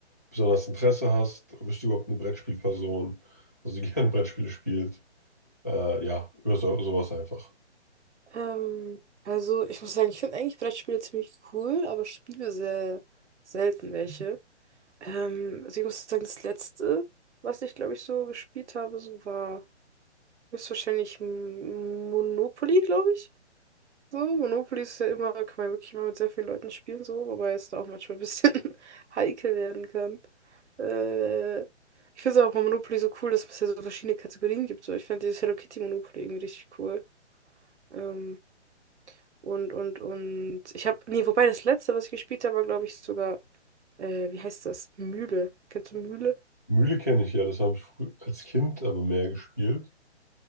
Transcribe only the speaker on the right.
Ähm, also ich muss sagen, ich finde eigentlich Brettspiele ziemlich cool, aber spiele sehr selten welche. Ähm, also ich muss sagen, das letzte, was ich glaube ich so gespielt habe, so war höchstwahrscheinlich M- Monopoly, glaube ich. So, Monopoly ist ja immer, kann man ja wirklich immer mit sehr vielen Leuten spielen, so, wobei es da auch manchmal ein bisschen <laughs> heikel werden kann. Äh, ich finde es auch bei Monopoly so cool, dass es ja so verschiedene Kategorien gibt. So, ich finde dieses Hello Kitty Monopoly irgendwie richtig cool. Ähm, Und, und, und. Ich habe. Nee, wobei das letzte, was ich gespielt habe, war, glaube ich, sogar. Äh, wie heißt das? Mühle. Kennst du Mühle?